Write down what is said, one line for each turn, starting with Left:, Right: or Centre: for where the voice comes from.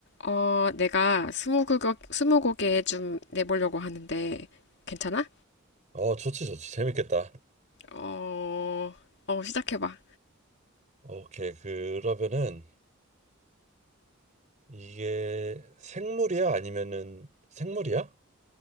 Left: 어, 내가 스무고개, 스무고개 좀 내보려고 하는데, 괜찮아?
Right: 어, 좋지, 좋지. 재밌겠다.
Left: 어, 어, 시작해봐.
Right: 오케이. 그러면은 이게 생물이야? 아니면은 생물이야?